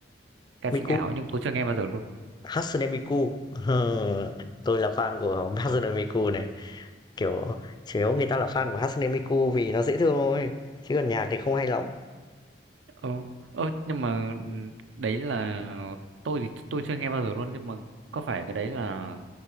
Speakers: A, on the right (about 80°); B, on the left (about 25°).
A: ca
B: Miku,
A: sĩ ảo ấy, nhưng tôi chưa nghe bao giờ luôn
B: Hatsune Miku, ờ, tôi là fan của Hatsune Miku này. Kiểu, chủ yếu người ta là fan của Hatsune Miku vì nó dễ thương thôi, chứ còn nhạc thì không hay lắm.
A: ờ, ờ nhưng mà ừ, đấy là tôi thì tôi chưa nghe bao giờ luôn nhưng mà có phải cái đấy là